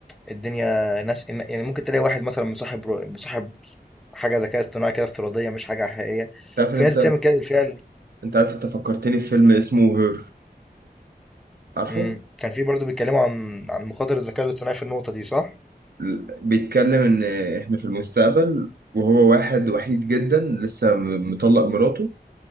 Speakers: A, in the centre; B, on the right.
A: الدنيا ناس إن- يعني ممكن تلاقي واحد مثلا مصاحب رو- مصاحب حاجة ذكاء اصطناعي كده افتراضية مش حاجة حقيقية
B: تعرف
A: في
B: ان انت
A: ناس بتعمل كده بالفعل
B: انت عارف انت فكرتني في فيلم اسمه هير عارفه
A: مم. كان في برضه بيتكلموا عن عن مخاطر الذكاء الاصطناعي في النقطة دي صح؟
B: ل- بيتكلم ان احنا في المستقبل وهو واحد وحيد جدا لسه م- مطلق مراته